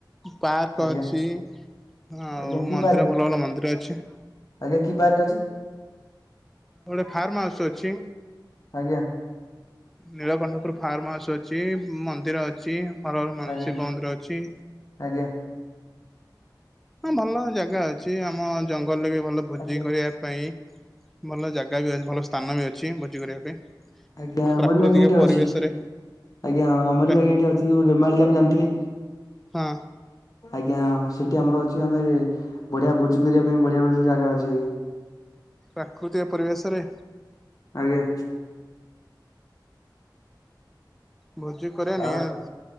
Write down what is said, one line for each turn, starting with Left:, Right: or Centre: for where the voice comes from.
Centre: ପାର୍କ
Left: ଆଜ୍ଞା
Centre: ଅଛି। ଆଉ
Left: ଆଜ୍ଞା କି ପାର୍କ
Centre: ଭଲ ଭଲ ମନ୍ଦିର ଅଛି।
Left: ଆଜ୍ଞା <inaudible>
Centre: ଗୋଟେ ଫାର୍ମ ହାଉସ ଅଛି
Left: ଆଜ୍ଞା
Centre: ନୀଳକଣ୍ଟପୁର ଫାର୍ମ ହାଉସ୍ ଅଛି ମନ୍ଦିର ଅଛି। ଭଲ ଭଲ ମ
Left: ଆଜ୍ଞା
Centre: ଶିବ ମନ୍ଦିର ଅଛି।
Left: ଆଜ୍ଞା
Centre: ହଁ ଭଲ ଜାଗା ଅଛି ଆମ ଜଙ୍ଗଲରେ ବି ଭଲ ଭୋଜି
Left: ଆଜ୍ଞା
Centre: କରିବା ପାଇଁ ଭଲ ଜାଗା ବି ଅ ଭଲ ସ୍ଥାନ ବି ଅଛି ଭୋଜି କରିବା ପାଇଁ।
Left: ଆଜ୍ଞା
Centre: ପ୍ରାକୃତିକ
Left: ଆମର ବା ଆଜ୍ଞା ଏଠି ଅଛି।
Centre: ପରିବେଶରେ
Left: ଆଜ୍ଞା ହଁ ଆମର
Centre: ପ୍ରା
Left: ବି ଆଜ୍ଞା ଏଠି ଅଛି ଯୋଉ ରେମା ଡମ୍ ଜାଣିଥିବେ
Centre: ହଁ
Left: ଆଜ୍ଞା ସେ ଆମର ଅଛି ଆମେ ବଢିଆ ଭୋଜି କରିବା ପାଇଁ ବଢିଆ ବଢିଆ ସବୁ ଜାଗା ଅଛି ଆଜ୍
Centre: ପ୍ରାକୃତିକ ପରିବେଶରେ
Left: ଆଜ୍ଞା
Centre: ଭୋଜି କରିବା ନିହାତି
Left: ଆଉ